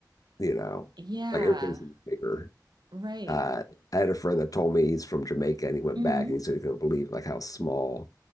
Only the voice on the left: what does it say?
you know,
like everything's bigger.
Uh, I had a friend that told me he's from Jamaica and he went
back and he said he couldn't believe like how small